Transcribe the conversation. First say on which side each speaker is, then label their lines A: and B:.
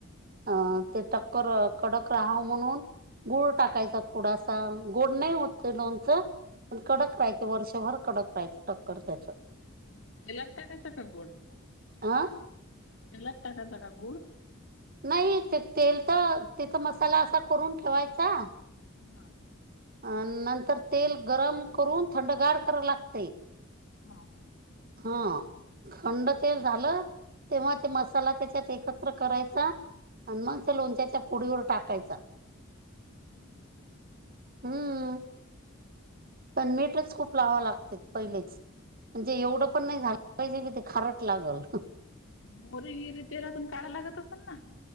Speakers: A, on the right; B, on the left.
A: अ ते टक्कर कडक राहावं म्हणून गुळ टाकायचा थोडासा गोड नाही होत ते लोणचं पण कडक
B: हं.
A: राहियत वर्षभर कडक राहियत टक्कर त्याचं
B: हम्म लागता कस का गोड
A: आह
B: लागता का जरा गुळ
A: नाही ते तेल तर तिथं मसाला असा करून ठेवायचा
B: हा
A: अ नंतर तेल गरम करून थंडगार कराव लागतय
B: हा
A: हा थंड तेल झालं तेव्हा ते मसाला त्याच्यात एकत्र करायचा आणि
B: हम्म,
A: मग त्या लोणच्याच्या फोडीवर टाकायचा
B: हो का
A: हम्म पण मीठच खूप लावावं लागते पहिलेच म्हणजे एवढं पण नाही झालं पाहिजे की ते खारट लागल
B: मोहरी, जिरी तेलातून काढावं लागत असेल ना